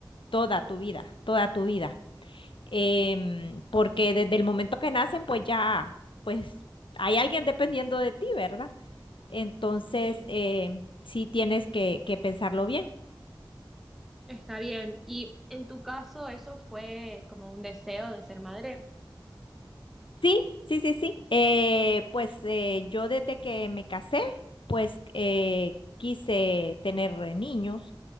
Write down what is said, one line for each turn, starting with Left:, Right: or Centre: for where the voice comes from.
Left: toda tu vida, toda tu vida. em, porque desde el momento que nacen, pues ya, pues hay alguien dependiendo de ti, ¿verdad? Entonces,
Centre: sí,
Left: em, sí tienes que, que pensarlo bien.
Centre: está bien. ¿Y en tu caso eso fue como un deseo de ser madre?
Left: Sí, sí, sí, sí. Eh, pues eh, yo desde que me casé, pues eh, quise tener eh, niños,